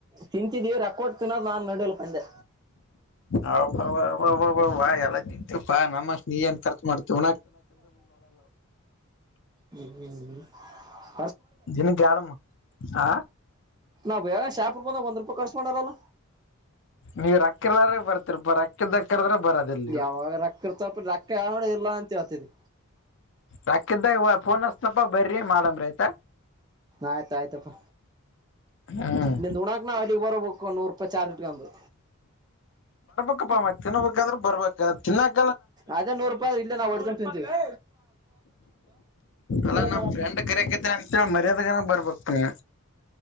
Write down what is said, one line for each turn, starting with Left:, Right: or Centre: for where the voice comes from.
Right: ತಿಂತಿದ್ದೀವಿ ರೊಕ್ಕ ಕೊಟ್ಟು ತಿನ್ನೋದು ನಾನ್ ನೋಡಿಲ್ಲಪ್ಪ ಅಂದೆ
Left: ಅಬಾಬಾಬಾ ಎಲ್ಲ ತಿಂತೀವ ಪಾ ನಮ್ಮ ಅಷ್ಟ ನೀ ಏನ್ ಖರ್ಚ ಮಾಡ್ತಿವಿ.
Right: <inaudible> ಹ್ಮ್ಮ್.
Left: ದಿನಕ್ಕ ಯಡಮ್ ಆ.
Right: ಅವ ಶರ್ಪುರ್ ಬಂದಾಗ ಒಂದ್ ರೂಪ ಕರ್ಚ ಮಾಡಾಲಲ್ಲ.
Left: ನೀವ್ ರೊಕ್ಕ ಇಲ್ಲದಾರ್ದಾಗ್ ಬರ್ತರಿಪ್ಪ ರೊಕ್ಕದಕದ್ರ. ಬರೋದಿಲ್ ನೀವ
Right: ಯಾವಾಗ ರೊಕ್ಕ ಇರ್ತಪ್ಪ ರೊಕ್ಕ ಯಾವ ನೋಡಿ ಇಲ್ಲ ಅಂತ ಹೇಳ್ತಿದಿ
Left: ರೊಕ್ಕ ಇದ್ದಾಗ. ಫೋನ ಹಚ್ತೇವ್ ಪಾ ಬರ್ರೀ ಮಾಡಂಬ್ರೈತ್.
Right: ಆಯ್ತ ಆಯ್ತಪ್ಪ
Left: ಹ್ಮ್
Right: ನಿಂದ ಉಣಾಕ್ ನಾವ ಅಲ್ಲಿಗ್ ಬರಬೇಕು ನೂರ್. ರೂಪೀ ಚಾರ್ಜ್ ಒಂದು.
Left: ಪ್ಪ ತಿನ್ಬೇಕಾದ್ರೆ ಬರ್ಬೇಕ ತಿನ್ನಕ್.
Right: ಅದೇ ನೂರು ರೂಪಾಯಿ ಇಲ್ಲೆ ನಾವು ಹೋಗ್ಕೊಂಟ ತಿಂತೇವಿ. ಅ.
Left: ಅಲ್ಲ
Right: <inaudible>
Left: ನಮ್ ಫ್ರೆಂಡ್ ಕರಿಯಕೈತೇನ ಅಂತೇಳಿ ಮರ್ಯಾದೆಗನ ಬರ್ಬೇಕ್ ನೀ